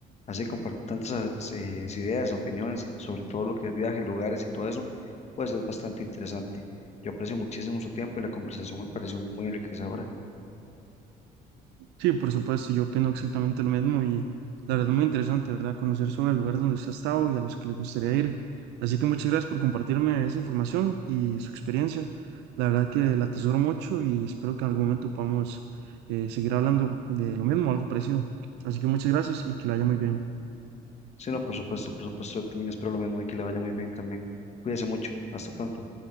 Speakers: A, on the left; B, on the right.
A: así compartir tantas ah, eh, ideas, opiniones y sobre todo lo que es viajes, lugares y todo eso, pues es bastante interesante. Yo aprecio muchísimo su tiempo y la conversación me pareció muy enriquecedora.
B: Sí, por supuesto, yo opino exactamente lo mismo y la verdad es muy interesante, ¿verdad? Conocer sobre el lugar donde usted ha estado y a los que le gustaría ir. Así que muchas gracias por compartirme esa información y su experiencia. La verdad que la atesoro mucho y espero que en algún momento podamos eh, seguir hablando de lo mismo, algo parecido. Así que muchas gracias y que la haya muy bien.
A: Sí, no, por supuesto, por supuesto, yo también espero lo mismo y que le vaya muy bien también. Cuídese mucho, hasta pronto.